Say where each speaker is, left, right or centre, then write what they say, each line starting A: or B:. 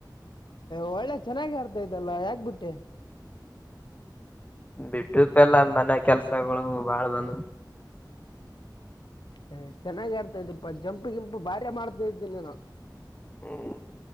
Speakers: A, on the left; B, on the left.
A: ಒಳ್ಳೆ ಚೆನ್ನಾಗಿ ಆರ್ತಾ ಇದಲ್ಲ ಯಾಕ್ಬಿಟ್ಟೆ
B: ಬಿಟ್ಟು ಪಲ್ಲ ಮನೆ ಕೆಲ್ಸಗಳು ಬಾಳ್ ಬಂದ್
A: ಹ ಚೆನ್ನಾಗ ಆರ್ತಾ ಇದಪ್ಪಾ ಜಂಪ್ ಗಿಂಪು ಭಾರ ಮಾಡ್ತಾ ಇದ್ದೀನಿ ನೀನು
B: ಹ್ಮ್